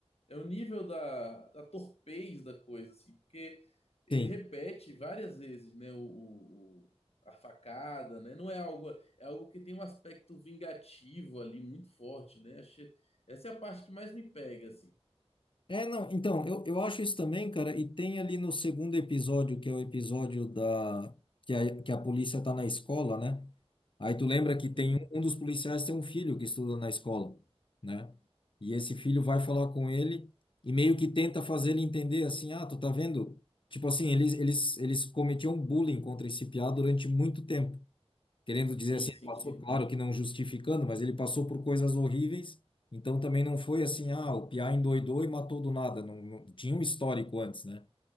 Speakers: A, on the left; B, on the left.
A: É o nível da, da torpez da coisa, assim, porque ele
B: Sim.
A: repete várias vezes, né? O, o- o- a facada, né? Não é algo. É algo que tem um aspecto vingativo ali muito forte, né? Achei... Essa é a parte que mais me pega, assim.
B: É, não, então, eu, eu acho isso também, cara, e tem ali no segundo episódio, que é o episódio da... que a, que a polícia tá na escola, né? Aí tu lembra que tem
A: Uhum.
B: um, um dos policiais tem um filho que estuda na escola, né? E esse filho vai falar com ele e meio que tenta fazer ele entender assim, ah, tu tá vendo? Tipo assim, eles, eles, eles cometiam bullying contra esse piá durante muito tempo. Querendo dizer
A: Sim,
B: assim,
A: sim,
B: ele passou,
A: sim.
B: claro que não justificando, mas ele passou por coisas horríveis, então também não foi assim, ah, o Piá endoidou e matou do nada, não, não- tinha um histórico antes, né?